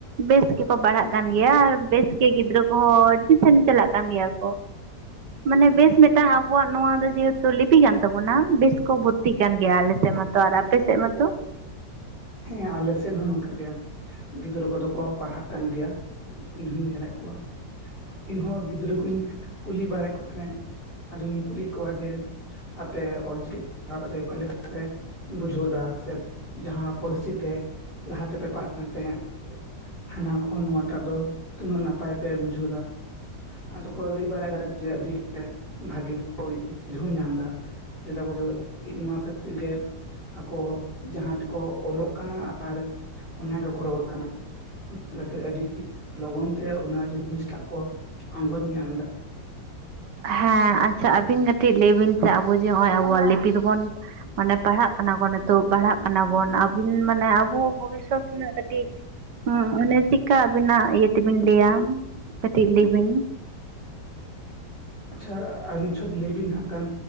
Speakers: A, on the right; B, on the left.
A: ᱵᱮᱥ ᱜᱮᱠᱚ ᱯᱟᱲᱦᱟᱜ ᱠᱟᱱ ᱜᱮᱭᱟ ᱟᱨ ᱵᱮᱥ ᱜᱮ ᱜᱤᱫᱽᱨᱟᱹ ᱠᱚᱦᱚᱸ ᱟᱹᱰᱤ ᱥᱮᱱ ᱪᱟᱞᱟᱜ ᱠᱟᱱ ᱜᱮᱭᱟ ᱠᱚ ᱢᱟᱱᱮ ᱵᱮᱥ ᱢᱤᱫᱴᱟᱝ ᱟᱵᱚᱣᱟᱜ ᱱᱚᱣᱟ ᱫᱚ ᱡᱮᱦᱮᱛᱩ ᱞᱤᱯᱤ ᱠᱟᱱ ᱛᱟᱵᱚᱱᱟ ᱵᱮᱥ ᱠᱚ ᱵᱷᱚᱛᱛᱤᱜ ᱠᱟᱱ ᱜᱮᱭᱟ ᱟᱞᱮ ᱥᱮᱫ ᱢᱟᱛᱚ ᱟᱨ ᱟᱯᱮ ᱥᱮᱫ ᱢᱟᱛᱚ
B: ᱦᱮᱸ ᱟᱞᱮ ᱥᱮᱱ ᱦᱚᱸ ᱱᱚᱝᱠᱟ ᱜᱮ ᱜᱤᱫᱽᱨᱟᱹ ᱠᱚᱫᱚ ᱠᱚ ᱯᱟᱲᱦᱟᱜ ᱠᱟᱱ ᱜᱮᱭᱟ ᱤᱧᱦᱩᱧ ᱧᱮᱞᱮᱫ ᱠᱚᱣᱟ ᱤᱧᱦᱚᱸ ᱜᱤᱫᱽᱨᱟᱹ ᱠᱩᱧ ᱠᱩᱞᱤ ᱵᱟᱲᱟᱭᱮᱫ ᱠᱚ ᱛᱟᱦᱮᱸᱱᱟ ᱟᱫᱚᱧ ᱠᱩᱞᱤᱭᱮᱫ ᱠᱚᱣᱟ ᱡᱮ ᱟᱯᱮ ᱚᱞ ᱪᱤᱠᱤ <unintelligible> ᱯᱟᱲᱦᱟᱣ ᱠᱟᱛᱮ ᱚᱠᱟᱮ ᱞᱮᱠᱟ ᱯᱮ ᱵᱩᱡᱷᱟᱹᱣ ᱫᱟ ᱥᱮ ᱡᱟᱦᱟᱸ ᱯᱟᱹᱨᱥᱤ ᱯᱛᱮ ᱞᱟᱦᱟ ᱛᱮᱯᱮ ᱯᱟᱲᱦᱟᱜ ᱠᱟᱱ ᱛᱟᱦᱮᱫ ᱦᱟᱱᱟ ᱠᱷᱚᱱ ᱱᱚᱣᱟᱴᱟᱜ ᱫᱚ ᱛᱤᱱᱟᱹᱜ ᱱᱟᱯᱟᱭ ᱯᱮ ᱵᱩᱡᱷᱟᱹᱣᱫᱟ ᱟᱫᱚ ᱠᱚ ᱞᱟᱹᱭ ᱵᱟᱲᱟᱭᱮᱫᱟ ᱡᱮ ᱟᱹᱰᱤ ᱵᱷᱟᱜᱮ ᱵᱩᱡᱷᱟᱹᱣ ᱧᱟᱢ ᱫᱟ <unintelligible> ᱵᱩᱨᱩ ᱱᱚᱣᱟ ᱠᱷᱟᱹᱛᱤᱨ ᱜᱮ ᱟᱠᱚ ᱡᱟᱦᱟᱸ ᱛᱮᱠᱚ ᱚᱞᱚᱜ ᱠᱟᱱᱟ ᱟᱨ ᱚᱱᱟ ᱜᱮᱠᱚ ᱨᱚᱲ ᱠᱟᱱᱟ ᱚᱱᱟ ᱠᱷᱟᱹᱛᱤᱨ ᱟᱹᱰᱤ ᱞᱚᱜᱚᱱ ᱛᱮ ᱚᱱᱟ ᱡᱤᱱᱤᱥ ᱴᱟᱜ ᱠᱚ ᱟᱸᱜᱚᱡ ᱧᱟᱢ ᱫᱟ
A: ᱦᱮᱸ ᱟᱪᱪᱷᱟ ᱟᱹᱵᱤᱱ ᱠᱟᱹᱴᱤᱡ ᱞᱟᱹᱭ ᱵᱤᱱ ᱥᱮ ᱟᱵᱚ ᱡᱮ ᱱᱚᱜᱼᱚᱭ ᱟᱵᱚᱣᱟᱜ ᱞᱤᱯᱤ ᱫᱚᱵᱚᱱ ᱢᱟᱱᱮ ᱯᱟᱲᱦᱟᱜ ᱠᱟᱱᱟ ᱠᱚ ᱱᱤᱛᱚᱜ ᱯᱟᱲᱦᱟᱜ ᱠᱟᱱᱟ ᱵᱚᱱ ᱟᱵᱤᱱ ᱢᱟᱱᱮ ᱟᱵᱚ ᱵᱷᱚᱵᱤᱥᱥᱚᱛ ᱨᱮᱱᱟᱜ ᱠᱟᱹᱴᱤᱡ ᱚᱱᱮ ᱪᱮᱫᱠᱟ ᱟᱵᱤᱱᱟᱜ ᱤᱭᱟᱹ ᱛᱮᱵᱤᱱ ᱞᱟᱹᱭᱟ ᱠᱟᱴᱤᱡ ᱞᱟᱹᱭ ᱵᱤᱱ
B: <inaudible> ᱟᱪᱪᱷᱟ ᱟᱨ ᱟᱵᱤᱱ ᱪᱷᱚᱴ ᱞᱟᱹᱭ ᱵᱤᱱ ᱦᱟᱸᱜ ᱠᱷᱟᱱ